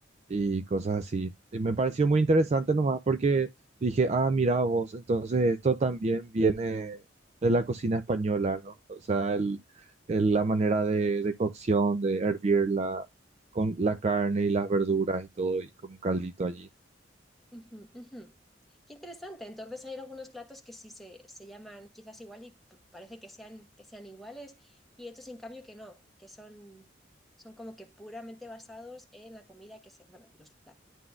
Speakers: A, on the right; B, in the centre.
A: Y cosas así. Y me pareció muy interesante nomás porque dije, ah, mira vos, entonces esto también viene de la cocina española, ¿no? O sea, el el- la manera de, de cocción, de hervirla con la carne y las verduras y todo, y con un caldito allí.
B: Ujú, ujú. Qué interesante. Entonces hay algunos platos que sí se, se llaman quizás igual y p- parece que sean, que sean iguales y otros en cambio que no, que son, son como que puramente basados en la comida que se, bueno, los- la-